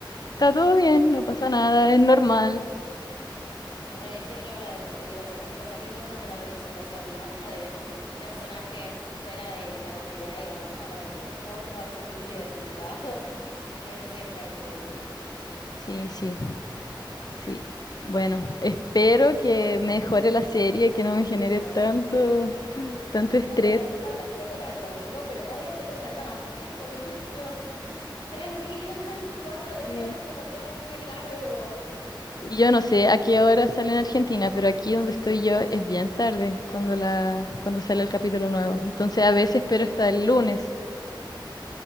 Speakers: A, on the left; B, on the left.
A: está todo bien,
B: Es re
A: no pasa
B: importante,
A: nada, es normal.
B: sí. Re, siempre hablo de, digo eso, que a mí me parece re importante la representación, ¿no? De personajes fuera de la binaridad y la norma para que todos puedan sentirse identificados. <laughs> Es siempre muy lindo.
A: Sí, sí. Sí. Bueno, espero que mejore la serie, que no me genere
B: Dios,
A: tanto,
B: sí.
A: tanto estrés.
B: Aparte, falta un poco para el domingo, pero cada día siento que falta más, ¿viste? Es como que, <laughs> ay, Dios, tres días, <laughs> cuatro días,
A: Sí.
B: es como, Dios, qué largo.
A: Y yo no sé a qué hora sale en Argentina, pero aquí donde estoy yo es bien tarde cuando la, cuando sale el capítulo nuevo. Entonces a veces espero
B: Acá en el
A: hasta el
B: ustedes.
A: lunes.